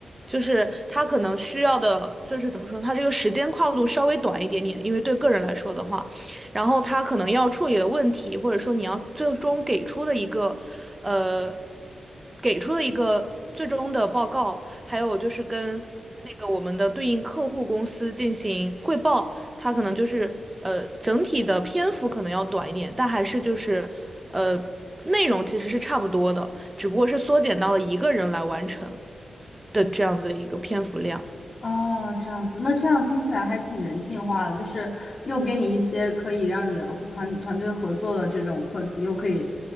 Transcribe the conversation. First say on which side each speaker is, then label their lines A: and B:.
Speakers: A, on the right (about 20°); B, on the left (about 45°).
A: 就是他可能需要的，就是怎么说呢他这个时间跨度稍微短一点点，因为对个人来说的话。然后他可能要处理的问题，或者说你要最终给出的一个，呃，给出的一个最终的报告，还有就是跟那个我们的对应客户公司进行汇报，它可能就是呃整体的篇幅可能要短一点，但还是就是呃内容其实是差不多的，只不过是缩减到了一个人来完成的这样子的一个篇幅量。
B: 哦，这样子，那这样听起来还挺人性化的，就是又给你一些可以让你和团团队合作的这种课题，又可以，